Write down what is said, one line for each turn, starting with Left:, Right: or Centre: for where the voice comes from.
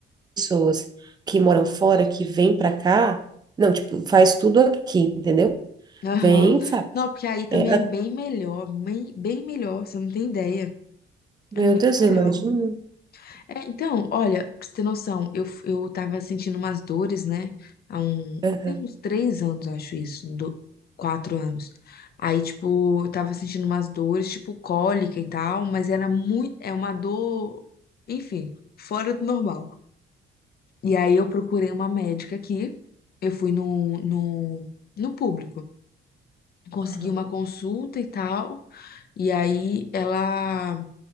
Right: pessoas que moram fora, que vem pra cá, não, tipo, faz tudo aqui, entendeu?
Left: Aham.
Right: Vem, e faz.
Left: Não, porque aí também
Right: É,
Left: é
Right: a-
Left: bem melhor, bem, bem melhor, você não tem ideia.
Right: meu
Left: É muito
Right: Deus,
Left: melhor.
Right: eu imagino.
Left: É, então, olha, pra você ter noção, eu, f- eu tava sentindo umas dores, né? Há um,
Right: Aham,
Left: tem uns três anos, eu acho isso, do, quatro anos. Aí, tipo, eu tava sentindo umas dores, tipo, cólica e tal, mas era muito, é uma dor, enfim, fora do normal. E aí eu procurei uma médica aqui, eu fui no, no, no público, consegui
Right: aham,
Left: uma consulta e tal, e aí ela